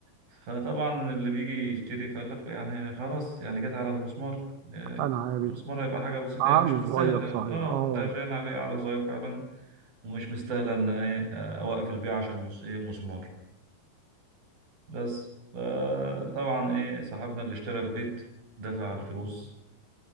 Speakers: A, on the right; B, on the right.
A: فطبعا اللي بيجي يشتري فقال لك يعني خلاص يعني جت على المسمار يعني
B: انا عارف
A: المسمار هيبقى حاجة بسيطة
B: عقله
A: يعني مش مستاهلة
B: صغير صحيح
A: اه
B: اه
A: ده شاين عليه على صغير فعلا ومش مستاهلة ان ايه آه، اوقف البيع عشان مس ايه المسمار بس فطبعا ايه صاحبنا اللي اشترى البيت دفع الفلوس